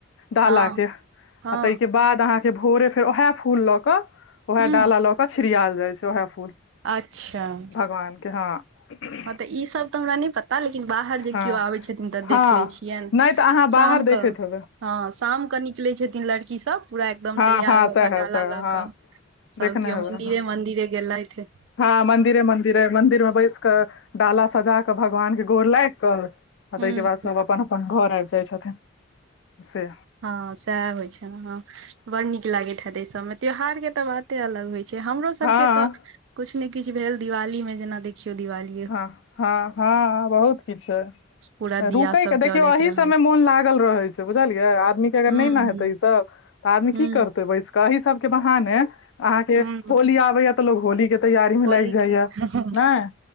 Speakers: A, on the left; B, on the right.
A: डालाक
B: हँ
A: के आ
B: हँ
A: ताहिके बाद अहाँ के भोरे फेर ओएहे फूल ल के ओएहे
B: हूं
A: डाला ल के छिड़ियाल जाय छै वएहे फूल
B: अच्छा
A: भगवानके हँ
B: हँ तऽ ई सब तऽ हमरा नी पता लेकिन बाहर जे
A: हँ
B: केओ आबै छथिन तऽ
A: हँ
B: देख ले छियनि
A: नहि तऽ अहाँ
B: शाम
A: बाहर देखैत
B: के
A: हेबै
B: हँ शाम क निक निकलै छथिन लड़कीसभ पूरा एकदम
A: हँ
B: तैयार
A: हँ
B: हो
A: सएह
B: क डाला
A: सएह
B: ल
A: हँ
B: कऽ
A: देखने
B: सभ केओ
A: हेबै
B: मंदिरे मंदिरे गेलथि
A: हँ मंदिरे मंदिरे मंदिर मे बैस कऽ डाला सजा कऽ भगवान के गोर लागि कऽ आ
B: हूँ।
A: तैके बाद सभ अपन अपन घर आबि जाइ छथिन से
B: हँ सएह होय छै ने हँ बड़ नीक लागैत हे दे सब मे त्योहार के तऽ बाते अलग होय छै हमरो सबके
A: हँ
B: तऽ कुछ नय किछु भेल दिवाली मे जेना देखियौ दिवाली
A: हँ हँ हँ बहुत किछु छै
B: पूरा दिया
A: रुकै
B: सब
A: के देखियौ
B: जलैत
A: अहि
B: रहल
A: सबमे मोन लागल रहै छै बुझलियै आदमीे के अगर
B: हूँ
A: नय ने हेतै
B: हूँ
A: ईसभ तऽ आदमी
B: हूँ
A: की करतै बैस कऽ एहि सभके बहाने अहाँके
B: हूँ
A: होली आबैये तऽ लोग होली के तैयारी मे
B: होली
A: लागि जाइ
B: खेल
A: ये नय